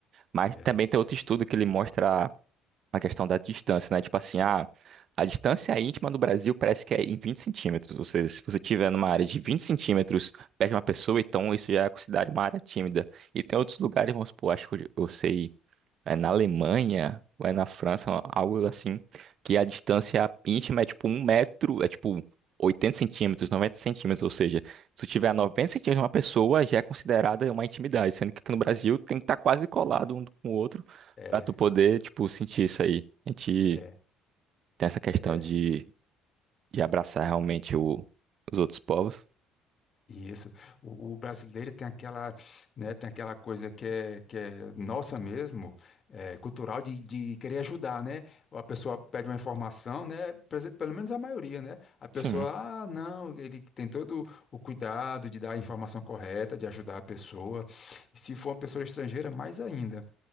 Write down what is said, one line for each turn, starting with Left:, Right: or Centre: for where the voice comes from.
Right: Mas
Left: É,
Right: também tem outro estudo que ele mostra a questão da distância, né? Tipo assim, ah, a distância íntima no Brasil parece que é em 20 centímetros. Ou seja, se você estiver numa área de 20 centímetros perto de uma pessoa, então isso já é considerado uma área tímida. E tem outros lugares, vamos supor, acho que eu eu sei é na Alemanha ou é na França, algo assim, que a distância íntima é tipo um metro, é tipo 80 centímetros, 90 centímetros, ou seja, se tu tiver a 90 centímetros de uma pessoa, já é considerada uma intimidade, sendo que aqui no Brasil tem que estar quase colado um com o outro
Left: é,
Right: pra tu poder, tipo, sentir isso aí. A gente
Left: é.
Right: tem essa questão
Left: é.
Right: de, de abraçar realmente o, os outros povos.
Left: Isso. O, o brasileiro tem aquela, né, tem aquela coisa que é, que é nossa mesmo, é, cultural, de, de querer ajudar, né? A pessoa pede uma informação, né? prese- Pelo menos a maioria, né? A pessoa,
Right: Sim.
Left: ah, não, ele tem todo o cuidado de dar a informação correta, de ajudar a pessoa. Se for uma pessoa estrangeira, mais ainda.